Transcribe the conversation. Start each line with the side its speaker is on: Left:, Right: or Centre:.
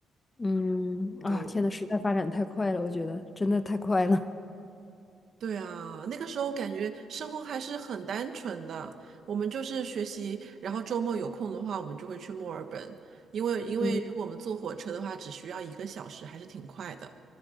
Left: 嗯，啊，
Right: 对的。
Left: 天呐，时代发展太快了，我觉得真的太快了。
Right: 对啊，那个时候感觉生活还是很单纯的，我们就是学习，然后周末有空的话，我们就会去墨尔本，因为因为如果我们坐火车的话，
Left: 嗯
Right: 只需要一个小时，还是挺快的。